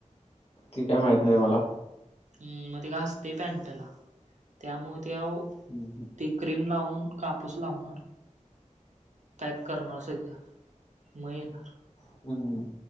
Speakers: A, on the left; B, on the right.
A: ती काय माहीत नाही मला.
B: अं मग ते घासतेय पॅन्टला. त्यामुळे ते आओ
A: हम्म
B: क्रीम लावून कापूस लावणार. पॅक करणार सगळ, म येणार.
A: हं हं हं.